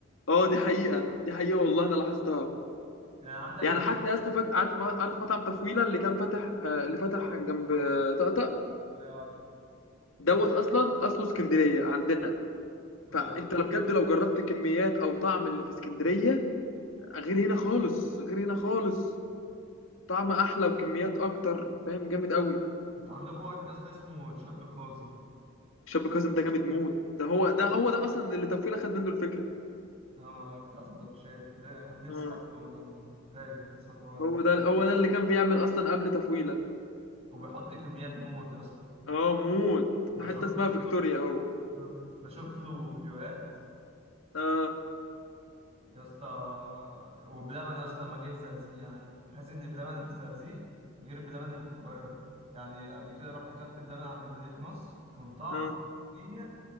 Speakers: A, on the left; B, on the right.
A: اه دي حقيقة دي حقيقة
B: تقرف.
A: والله أنا لاحظتها
B: يعني عندك
A: يعني حتى يا اسطى فاكر عارف ما- عارف مطعم تفويله اللي كان فاتح آه، اللي فتح
B: اه
A: جنب آه، طقطق
B: ايوه عارف
A: دوت اصلا اصله اسكندريه عندنا
B: اه
A: فانت لو بجد لو جربت كميات او طعم اللي في اسكندريه غير هنا خالص غير هنا خالص طعم احلى وكميات اكتر فاهم جامد قوي
B: انت عندكم واحد يا اسطى اسمه شاب كاظم
A: الشاب كاظم ده جامد موت ده هو ده هو ده اصلا اللي تفويله خد منه الفكره
B: هو ما- بتاع سندوتشات ده نفسي
A: اه
B: اكله من عنده ده فاجر انا سمعت هو عنه
A: هو ده هو ده اللي كان بيعمل اصلا قبل تفويله
B: وبيحط كميات موت يا اسطى
A: اه موت في
B: بشوف
A: حته اسمها
B: له
A: فيكتوريا اهو
B: آه. بشوف له فيديوهات
A: اه
B: يا اسطى وبلبن يا اسطى لما جه الزقازيق يعني تحس ان بلبن اللي في الزقازيق غير بلبن اللي في القاهرة يعني قبل كده رحت كلت بلبن عند مدينة نصر كان طعم
A: اه
B: هي